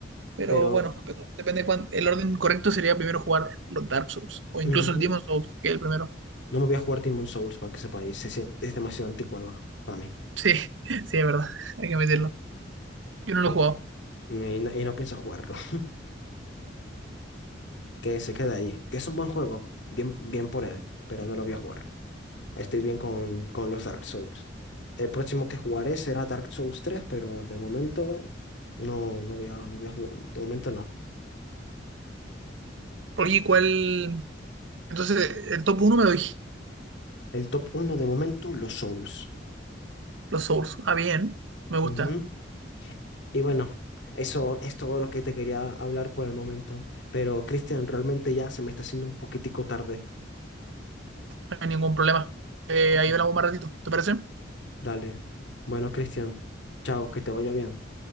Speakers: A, on the right (about 80°); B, on the left (about 70°).
A: Pero
B: pero...
A: bueno, pero depende cuán- El orden correcto sería primero jugar los Dark Souls, o incluso
B: ujú,
A: el Demon Souls, que es el primero.
B: No me voy a jugar Demon Souls para que sepáis. se sien- es demasiado anticuado para mí.
A: Sí, <laughs> sí, es verdad, hay que admitirlo. Yo no
B: Pero,
A: lo he jugado.
B: y, no, y no pienso jugarlo. <laughs> Que se quede ahí. Que es un buen juego. Bien, bien por él. Pero no lo voy a jugar. Estoy bien con, con los Dark Souls. El próximo que jugaré será Dark Souls tres pero de momento no, no voy a, no voy a jugar. De momento no.
A: Oye, ¿cuál? Entonces, el top uno me lo dije,
B: El top uno de momento, los Souls.
A: los Souls. Ah, bien, me gusta,
B: Ujú. Y bueno, eso es todo lo que te quería hablar por el momento. Pero Cristian, realmente ya se me está haciendo un poquitico tarde.
A: no hay ningún problema. Eh,
B: Ok.
A: ahí hablamos más ratito, ¿te parece?
B: Dale. Bueno, Cristian, chao, que te vaya bien.